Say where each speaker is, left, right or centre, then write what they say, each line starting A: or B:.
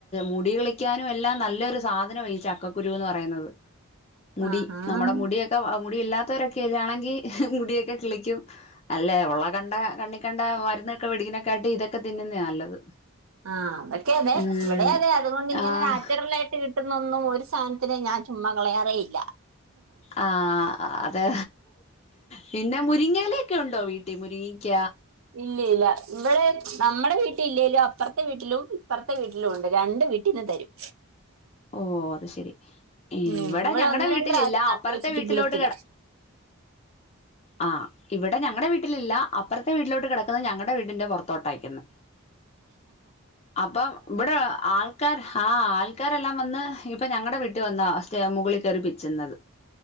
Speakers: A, on the left; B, on the right.
A: മുടി കിളിക്കാനും എല്ലാം നല്ലൊരു സാധനമാണ് ഈ ചക്കക്കുരുന്ന് പറയുന്നത്. മുടി
B: ആഹാ
A: നമ്മുടെ മുടിയൊക്കെ മുടി ഇല്ലാത്തവരൊക്കെ ഇതാണെങ്കി മുടിയൊക്കെ കിളിക്കും. അല്ലേ ഉള്ള കണ്ട കണ്ണി കണ്ട മരുന്നൊക്കെ വെടിക്ക് ണാട്ടി ഇത്. ഇതെന്നെയാ നല്ലത്.
B: ആ അതൊക്കെ അതെ
A: ഉം
B: ഇവിടെ അതെ അതുകൊണ്ട് ഇങ്ങനെ
A: ആഹ്
B: നാച്ചുറൽ ആയിട്ട് കിട്ടുന്നൊന്നും ഒരു- സാനത്തിനെ ഞാൻ ചുമ്മാ കളയാറേ ഇല്ല
A: ആഹ് അതെ. പിന്നെ മുരിങ്ങയിലൊക്കെ ഉണ്ടോ വീട്ടിൽ മുരിങ്ങിക്ക.
B: ഇല്ല ഇല്ല ഇവിടെ നമ്മുടെ വീട്ടിലില്ലെലും. അപ്പുറത്തെ വീട്ടിലും. ഇപ്പുറത്തെ വീട്ടിലും ഉണ്ട് രണ്ട് വീട്ടിൽന്ന് തരും.
A: ഓ അത് ശെരി.
B: ഉം
A: ഇവിടെ ഞങ്ങളടെ
B: ഒന്ന്
A: വീട്ടിലില്ല.
B: രണ്ട് പ്രാവശ്യം നട്ട്
A: അപ്പുറത്തെ
B: വെച്ചിട്ട്
A: വീട്ടിലോട്ട്
B: കിളുത്തില്ല
A: കട ആഹ ഇവിടെ ഞങ്ങളടെ വീട്ടിലില്ല അപ്പുറത്തെ വീട്ടിലോട്ട് കിടക്കുന്നത്. ഞങ്ങളടെ വീടിന്റെ പുറത്തോട്ട് നിക്കുന്നെ. അപ്പൊ ഇവിടെ ആൾക്കാർ ആഹ ആൾക്കാർ. ല്ല വന്ന് ഇപ്പൊ ഞങ്ങളടെ വീട്ട് വന്ന സ്റ്റെ മുകളിൽ കയറി പ്പിച്ചുന്നത്.